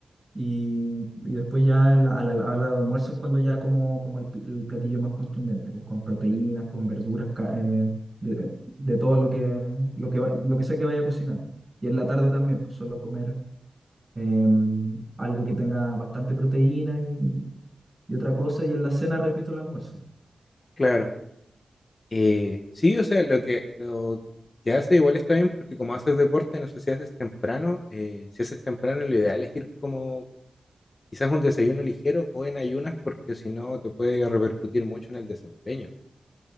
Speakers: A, on the right; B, on the left.
A: Y, y después ya en la- a la, a la hora de almuerzo es cuando ya como, como el, pl- el platillo más contundente, pues, con proteínas, con verduras, ca- eh, de, eh, de todo lo que, lo que, va- lo que sea que vaya a cocinar. Y en la tarde también, pues suelo comer em, algo que tenga bastante proteína y, y otra cosa. Y en la cena repito el almuerzo.
B: Claro. Eh, sí, o sea, lo que, lo que hace igual está bien porque como haces deporte, no sé si haces temprano, eh, si haces temprano lo ideal es ir como quizás un desayuno ligero o en ayunas porque si no te puede repercutir mucho en el desempeño.